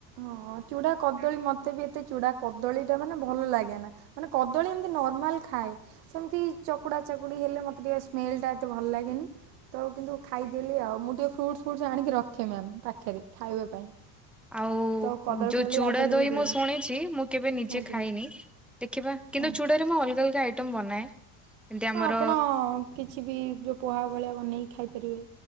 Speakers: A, on the right; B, in the centre.
A: ହଁ ଚୁଡା କଦଳୀ ମତ ମତେ ବି ଏତେ ଚୂଡ଼ା କଦଳୀ ଟା ମାନେ ଭଲ ଲାଗେ ନା ମାନେ କଦଳୀ ଏମିତି ନର୍ମାଲ ଖାଏ। ସେମିତି ଚକୁଡ଼ା ଚକୁଡି ହେଲେ ମତେ ଟିକେ ସ୍ମେଲ ଟା ଏତେ ଭଲ ଲାଗେନି। ତ କିନ୍ତୁ ଖାଇଦେଲି ଆଉ ମୁଁ ଟିକିଏ ଫ୍ରୁଟ୍ସ ଫୁଟ୍ସ୍ ଆଣିକି ରଖେ ମ୍ୟାମ୍ ପାଖରେ ଖାଇବା ପାଇଁ।
B: ଆଉ
A: ତ କଦଳୀ
B: ଯୋଉ
A: ଫଦଳୀ
B: ଚୂଡା
A: ଆଭେଲେବୁଲ୍
B: ଦହି
A: ରୁହେ
B: ମୁଁ ଶୁଣିଛି ମୁଁ କେବେ ନିଜେ
A: ଆଜ୍ଞା ଆଜ୍ଞା।
B: ଖାଇନି। ଦେଖିବା କିନ୍ତୁ
A: ହଁ
B: ଚୂଡାରେ ମୁଁ ଅଲଗା ଅଲଗା ଆଇଟମ ବନାଏ। ଯେମିତି ଆମର
A: ହଁ ଆପଣ କିଛି ବି ଯେଉଁ ପୋହା ଭଳିଆ ବନେଇକି ଖାଇପାରିବେ